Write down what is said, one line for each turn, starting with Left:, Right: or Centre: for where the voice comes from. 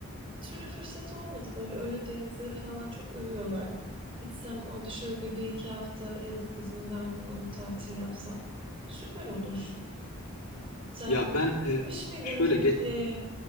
Right: bir türlü fırsat olmadı. Böyle Ölüdeniz'i falan çok övüyorlar. Gitsem orada şöyle bir, bir iki hafta yıllık iznimden kullanıp tatil yapsam süper olur. Sen
Left: Ya ben
Right: gitmiş
Left: e,
Right: miydin
Left: şöyle
Right: Fethiye'ye?
Left: geç